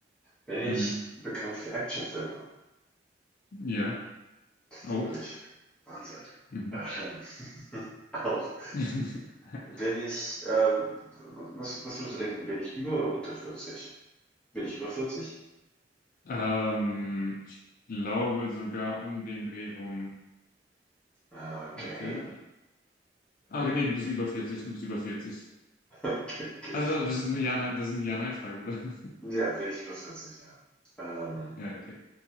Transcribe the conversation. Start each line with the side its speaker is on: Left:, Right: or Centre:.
Centre: Bin ich
Left: Mhm.
Centre: bekannt für Actionfilme?
Left: Ja, auch.
Centre: Wirklich. Wahnsinn.
Left: Mhm.
Centre: Ähm, <laughs> auch.
Left: <laughs>
Centre: Bin ich, ähm, was, was würdest du denken, bin ich über oder unter 40? Bin ich über 40?
Left: Ähm, ich glaube sogar um den Dreh rum.
Centre: Okay.
Left: Warte.
Centre: <laughs>
Left: Ah, okay, nee, du bist über 40, du bist über 40.
Centre: Okay.
Left: Also, warte, das ist eine Ja-Nein, das ist eine Ja-Nein-Frage, oder? <laughs>
Centre: Ja, bin ich über 40, ja. Ähm,
Left: Ja, okay.